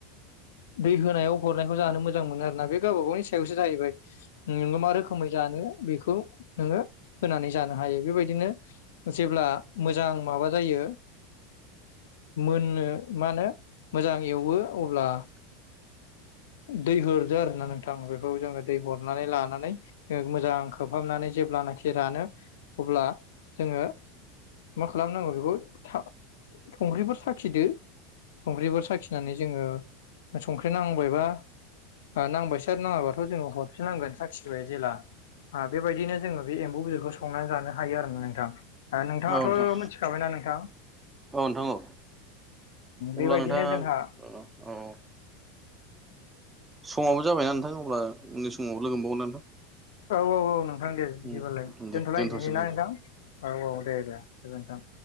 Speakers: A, on the left; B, on the right.
A: दै होनायाव हरनायखौ जानो मोजां मोनो आरोोना बे गावबा गावनि सायावसो जाहैबाय नोङो मा रोखोमै जानो बेखौ नोङो होनानै जानो हायो बेबायदिनो जेब्ला मोजां माबा जायो मोननो मा होनो मोजां एवो अब्ला दै होरदो आरो ना नोंथां बेखौ जोङो दै हरनानै लानानै जोङो मोजां खोबहाबनानै जेब्लानाखि रानो अब्ला जोङो मा खालामनांगौ बेखौ था संख्रिफोर साखिदो संख्रिफोर साखिनानै जोङो ओमफ्राय नांबायबा नांबायसै आरो नाङाबाथ' जोङो हरफिननांगोन साखिबाय जेब्ला बेबायदिनो जोङो बे एम्बौ बिदौखौ संनानै जानो हायो आरो ना नोंथां नोंथाङाथ'
B: औ नोंथां
A: मिथिखाबायना नोंथां?
B: औ नोंथां औ अब्ला
A: बेबायदिनो
B: नोंथाङा
A: जोंहा
B: औ समावबो जाबायना नोंथां अब्ला उननि समाव लोगो मोनबावगोन नोंथां
A: औ औ औ नोंथां दे बिदिबालाय
B: नोंथां दे
A: दोनथ'लाय
B: दोनथ'सै
A: बेनि
B: दे
A: ना नोंथां औ औ दे दे गोजोनथों।